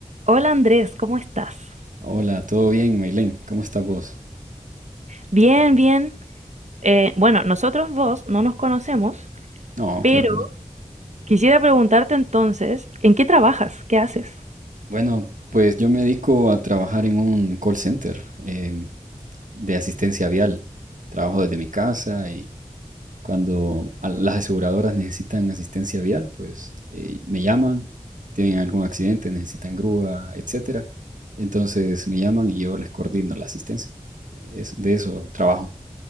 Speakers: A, on the right; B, on the right.
A: Hola Andrés, ¿cómo estás?
B: Hola, ¿todo bien, Maylen? ¿Cómo estás vos?
A: Bien, bien. Eh, bueno, nosotros dos no nos conocemos,
B: No,
A: pero
B: claro que no.
A: quisiera preguntarte entonces, ¿en qué trabajas? ¿Qué haces?
B: Bueno, pues yo me dedico a trabajar en un call center em, de asistencia vial. Trabajo desde mi casa y cuando a- las aseguradoras necesitan asistencia vial, pues eh, me llaman, tienen algún accidente, necesitan grúa, etcétera. Entonces me llaman y yo les coordino la asistencia. Es, de eso trabajo.